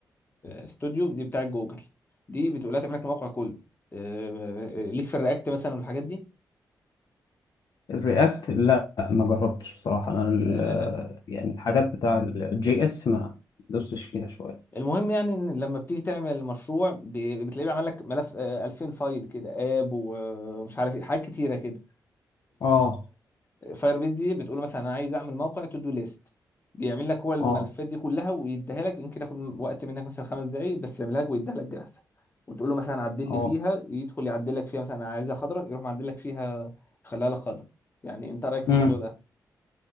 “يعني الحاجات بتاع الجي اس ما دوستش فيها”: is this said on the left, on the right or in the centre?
Left